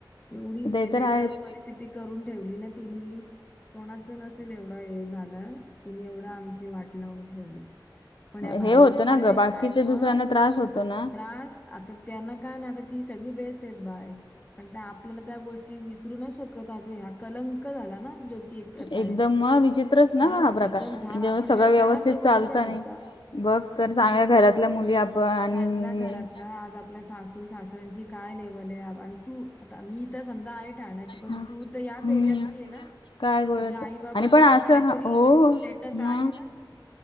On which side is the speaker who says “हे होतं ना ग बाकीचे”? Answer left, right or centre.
Left